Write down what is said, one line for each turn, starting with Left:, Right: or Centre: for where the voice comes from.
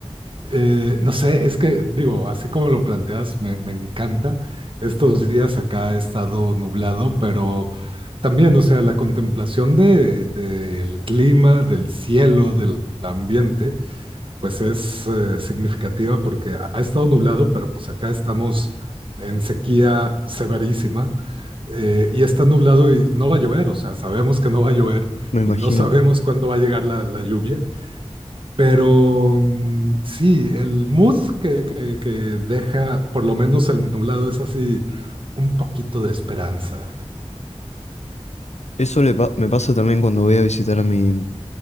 Right: Eh, no sé, es que digo, así como lo planteas, me, me encanta. Estos días acá ha estado nublado, pero también, o sea, la contemplación de, del clima, del cielo, del ambiente, pues es eh, significativa porque ha estado nublado, pero pues acá estamos en sequía severísima eh, y está nublado y no va a llover, o sea, sabemos que no va a llover
Left: me imagino.
Right: y no sabemos cuándo va a llegar la, la lluvia, pero mm, sí, el mood que, que, que deja por lo menos el nublado es así un poquito de esperanza.
Left: Eso le pa- me pasa también cuando voy a visitar a mi,